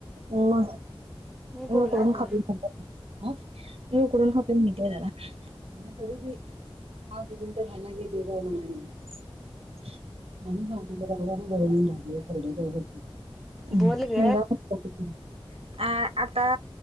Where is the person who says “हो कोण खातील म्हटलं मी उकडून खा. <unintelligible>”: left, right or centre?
Right